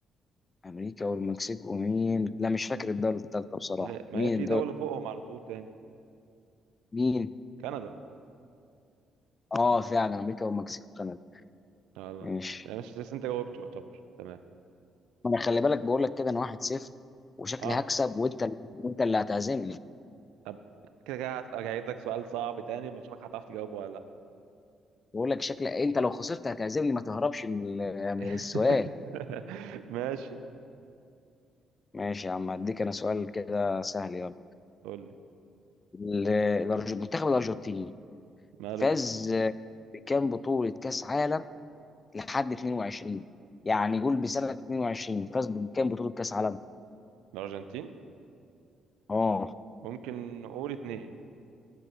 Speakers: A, on the left; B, on the right.
A: امريكا والمكسيك ومين لا مش فاكر الدوله الثالثه بصراحه
B: ما هي ما
A: مين
B: هي في
A: الدوله
B: دولة فوقهم على طول تاني
A: مين
B: كندا
A: اه فعلا امريكا والمكسيك وكندا
B: يلا
A: ماشي
B: ماشي ماشي بس انت جاوبت يعتبر تمام
A: ما انا خلي بالك بقول لك كده انا واحد صفر وشكلي
B: اه
A: هكسب وانت اللي- وانت اللي هتعزمني
B: طب كده كده هس- هجيب لك سؤال صعب تاني اما اشوفك هتعرف تجاوبه ولا لا
A: بقول لك شكلي انت لو خسرت هتعزمني ما تهربش من ال-
B: <laughs>
A: من السؤال
B: ماشي
A: ماشي يا عم هديك انا سؤال كده سهل يلا
B: قول لي
A: ال- الأرج- المنتخب الارجنتيني
B: ماله
A: فاز بكام بطولة كاس عالم لحد 22 يعني قول بسنة 22 فاز بكام بطولة كاس عالم
B: الارجنتين
A: اه
B: ممكن نقول اتنين